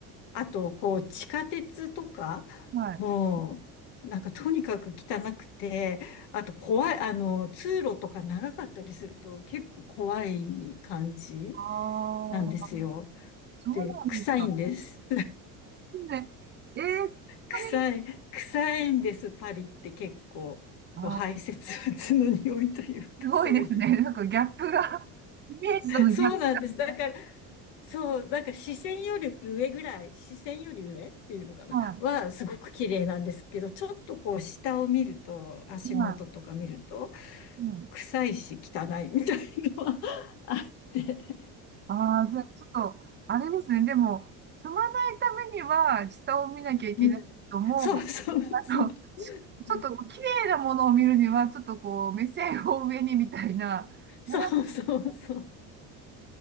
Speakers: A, on the left; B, on the right.
A: あと、こう、地下鉄とか、
B: はい。
A: もう、なんかとにかく汚くて、あと怖い、あの、通路とか長かったりすると結構怖い感じ
B: あ
A: なんですよ。
B: あ、そうなんですか。
A: で、臭いんです。
B: ね、えー、本当に、
A: 臭い、臭いんです、パリって結構。
B: あー、
A: こう排泄物の匂いというか、
B: すごいですね。
A: そういう。
B: なんかギャップが、イメージとのギャップ。
A: そうなんです。だから、そう、だから視線より上ぐらい、視線より上っていうのかな、
B: は
A: はすごく綺麗なんですけど、ちょっとこう下を見ると、足元とか見ると、
B: い。はい。うん。
A: 臭いし汚いみたいのは <laughs> あって。
B: ああ、じゃあちょっと、あれですね。でも、踏まないためには、下を見なきゃいけないけども、
A: うん。そうそうそう。
B: あの、しちょっと、
A: うん
B: 綺麗なものを見るには、ちょっとこう、目線を上にみたいな。
A: そうそうそう。
B: ね。